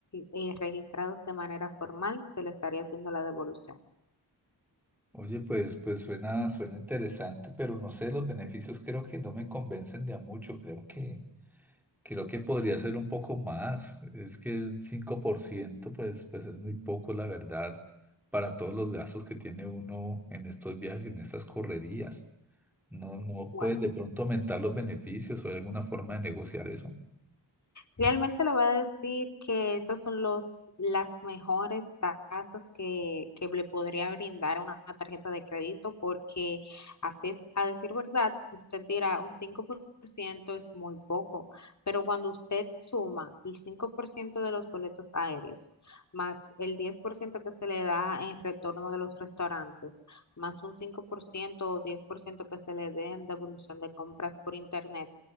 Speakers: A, on the left; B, in the centre.
A: eh, registrados de manera formal, se le estaría haciendo la devolución.
B: Oye, pues, pues suena, suena interesante, pero no sé, los beneficios creo que no me convencen de a mucho. Creo que, creo que podría ser un poco más. Es que el 5%, pues, pues es muy poco, la verdad, para todos los gastos que tiene uno en estos viajes y en estas correrías. No, no
A: Bueno.
B: puedes de pronto aumentar los beneficios o hay alguna forma de negociar eso.
A: Realmente le voy a decir que estos son los, las mejores tasas que, que le podría brindar a una tarjeta de crédito porque así, es- a decir verdad, usted dirá un cinco por ciento es muy poco, pero cuando usted suma el 5% de los boletos aéreos, más el 10% que se le da en retorno de los restaurantes, más un 5% o 10% que se le dé en devolución de compras por internet,